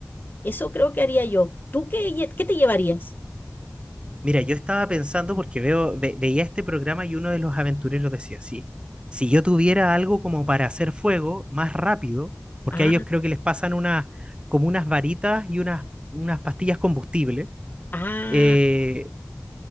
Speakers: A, on the left; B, on the right.
A: Eso creo que haría yo. ¿Tú qué, lle- qué te llevarías?
B: Mira, yo estaba pensando porque veo, ve- veía este programa y uno de los aventureros decía, sí, si yo tuviera algo como para hacer fuego más rápido, porque
A: Ah,
B: a ellos creo que les pasan unas, como unas varitas y unas, unas pastillas combustibles,
A: ah,
B: eh,